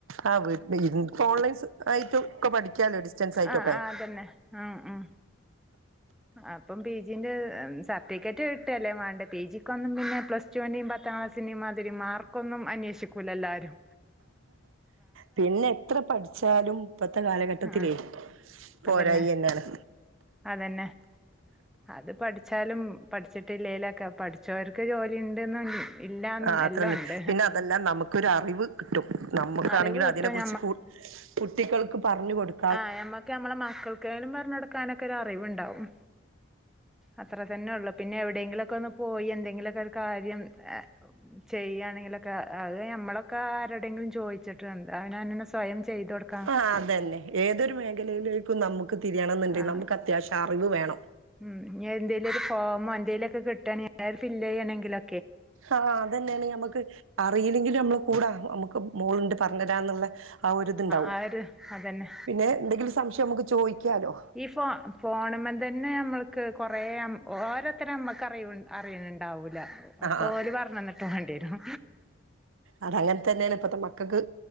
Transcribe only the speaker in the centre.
ആഹ് ആഹ് അതന്നെ ഉം ഉം. അപ്പം പി ജിന്റെ സർട്ടിഫിക്കറ്റ് കിട്ടല്ലേ വാണ്ടെ. പി ജിക്ക് ഒന്നും പിന്നെ പ്ലസ് ടുന്റെയും പത്താം ക്ലാസിന്റെയും, മാതിരി മാർക്കൊന്നും അന്വേഷിക്കൂല്ലല്ല ആരും.
ആഹ്
അതന്നെ അതന്നെ. അത് പഠിച്ചാലും പഠിച്ചിട്ടില്ലേ ലൊക്കെ, പഠിച്ചവർക്ക് ജോലി ഉണ്ട് ന്ന് <unintelligible> ആന്നും
എല്ലാണ്ട്.
അറിവ് കിട്ടും
ആ ഞമ്മക്ക് ഞമ്മളെ മക്കൾകേലും പറഞ്ഞുകൊടുക്കാൻ ക്ക ഒരറിവുണ്ടാവും അത്ര തന്നെ ഉള്ളൂ. പിന്നെ എവിടെയെങ്കിലൊക്കെ ഒന്ന് പോയി, എന്തെങ്കിലുമൊക്കെ ഒരു കാര്യം, ഏഹ് ചെയ്യാണെങ്കിലൊക്കെ അത് നമ്മളൊക്കെ ആരടെങ്കിലും ചോദിച്ചിട്ട് വേണ്ടേ. അവനോനന്നേ സ്വയം ചെയ്ത കൊടുക്ക
ആ
ഉം എന്തേലും ഒരു ഫോമോ എന്തേലൊക്കെ കിട്ടേണ് ഞ ഫില്ല് ചെയ്യണമെങ്കിലൊ,
ആ ഒരു അതന്നെ
ഈ ഫോ ഫോണുമ്മേ തന്നെ നമ്മൾക്ക് കുറേ ഓരോരുത്തര നമ്മക്ക് അറിയു അറിയണുണ്ടാവൂല. ഒക്കെ
ഓല് പറഞ്ഞന്നിട്ട് വേണ്ടി വരും.